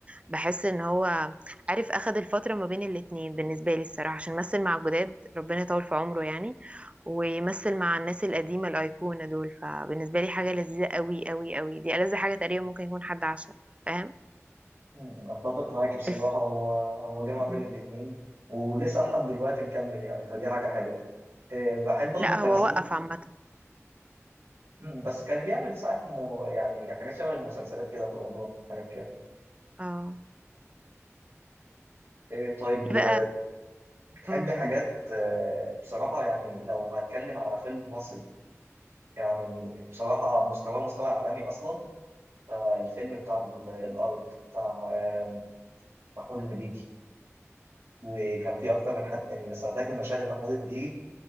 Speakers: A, on the right; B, on the right.
A: بحس ان هو عارف اخد الفترة ما بين الاتنين بالنسبة لي الصراحة عشان مثل مع الجداد ربنا يطول في عمره يعني ويمثل مع الناس القديمة الأيقونة دول فبالنسبة لي حاجة لذيذة قوي قوي قوي دي ألذ حاجة تقريبا ممكن يكون حد عاشها فاهم
B: مم. أتفق معاك بصراحة
A: <laughs>
B: هو هو جمع
A: مم.
B: بين الاتنين ولسه لحد دلوقتي مكمل يعني فدي حاجة حلوة إيه، بحب برضه
A: لا
B: التمثيل
A: ده هو حقيقي وقف عامة
B: مم، بس كان بيعمل ساعات مو- يعني حاجات شبه المسلسلات كده في رمضان حاجات كده
A: اه
B: إيه، طيب
A: في بقى
B: بتحبي
A: مم.
B: حاجات آه، بصراحة يعني لو هنتكلم على فيلم مصري يعني بصراحة مستواه مستوى عالمي أصلا فالفيلم بتاع ال- الأرض بتاع آه، محمود المليجي وكان فيه أكتر من حد تاني بس أنا فاكر مشاهد محمود المليجي